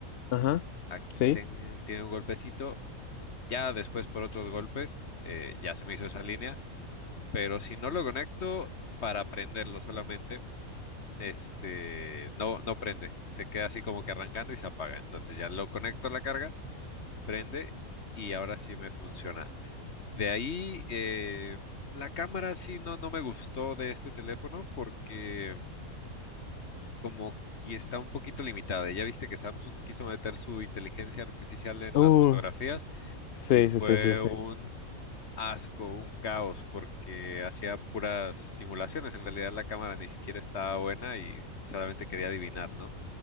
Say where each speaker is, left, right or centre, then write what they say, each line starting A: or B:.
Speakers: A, on the left; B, on the left.
A: ajá.
B: aquí
A: Sí.
B: ten- tiene un golpecito, ya después por otros golpes, eh, ya se me hizo esa línea, pero si no lo conecto para prenderlo solamente, este, no, no prende, se queda así como que arrancando y se apaga, entonces ya lo conecto a la carga, prende y ahora sí me funciona. De ahí, eh, la cámara sí no, no me gustó de este teléfono porque... como que está un poquito limitada. Ya viste que Samsung quiso meter su inteligencia artificial en
A: Uh,
B: las fotografías
A: sí,
B: y fue
A: sí, sí, sí, sí.
B: un asco, un caos, porque hacía puras simulaciones. En realidad la cámara ni siquiera estaba buena y solamente quería adivinar, ¿no?